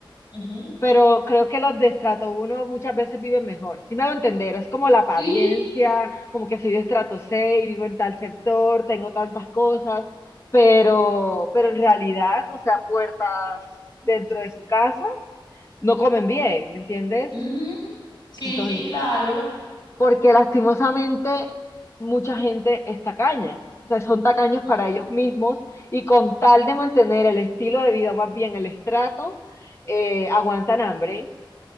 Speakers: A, on the left (about 50°); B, on the left (about 30°).
A: Ujú.
B: pero creo que los de estrato uno muchas veces viven mejor. Si me hago entender, es como la apariencia,
A: Sí,
B: como que soy de estrato seis vivo en tal sector, tengo tantas cosas, pero, pero en realidad, o sea, puertas dentro de su casa no comen bien, ¿me entiendes?
A: ujú. Sí,
B: Entonces,
A: sí, claro.
B: porque lastimosamente mucha gente es tacaña. O sea, son tacaños para
A: Ujú.
B: ellos mismos y con tal de mantener el estilo de vida, más bien el estrato, eh, aguantan hambre.